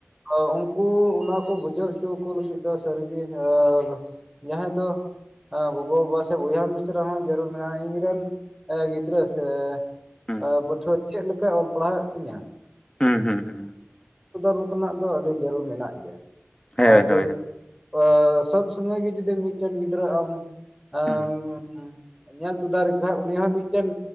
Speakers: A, in the centre; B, on the left.
A: ᱟᱣ ᱩᱱᱠᱩ ᱚᱱᱟᱠᱩ ᱵᱩᱡᱷᱟᱹᱣ ᱦᱚᱪᱚ ᱟᱠᱩ ᱞᱟᱹᱜᱤᱫ ᱫᱚ ᱥᱟᱹᱨᱤᱜᱤ ᱦᱮᱣ ᱡᱟᱦᱟᱸᱭ ᱫᱚ ᱟᱸ ᱜᱚᱜᱚ ᱵᱟᱵᱟ ᱥᱮ ᱵᱚᱭᱦᱟ ᱢᱤᱥᱨᱟ ᱦᱚᱸ ᱡᱟᱹᱨᱩᱲ ᱢᱮᱱᱟᱜᱼᱟ ᱤᱧ ᱨᱮᱱ ᱜᱤᱫᱽᱨᱟᱹ ᱥᱮ
B: ᱦᱩᱸ
A: ᱟ ᱯᱟᱹᱴᱷᱩᱣᱟᱹ ᱪᱮᱫ ᱞᱮᱠᱟᱭ ᱚᱞ ᱯᱟᱲᱦᱟᱣ ᱮᱫ ᱛᱤᱧᱟᱹ
B: ᱦᱩᱸ ᱦᱩᱸ ᱦᱩᱸ
A: ᱨᱩᱴ ᱨᱮᱱᱟᱜ ᱫᱚ ᱟᱹᱰᱤ ᱡᱟᱹᱨᱩᱲ ᱢᱮᱱᱟᱜ ᱜᱮᱭᱟ
B: ᱦᱳᱭ
A: ᱟᱨ ᱡᱩ
B: ᱦᱳᱭ
A: ᱟ ᱥᱚᱵ ᱥᱚᱢᱚᱭ ᱜᱮ ᱡᱩᱫᱤ ᱢᱤᱫᱴᱮᱱ ᱜᱤᱫᱽᱨᱟᱹ ᱟᱢ ᱟᱢ
B: ᱦᱩᱸ
A: ᱧᱮᱞ ᱛᱩᱫᱟ ᱮᱠᱷᱟᱱ ᱩᱱᱤ ᱦᱚᱸ ᱢᱤᱫᱴᱮᱱ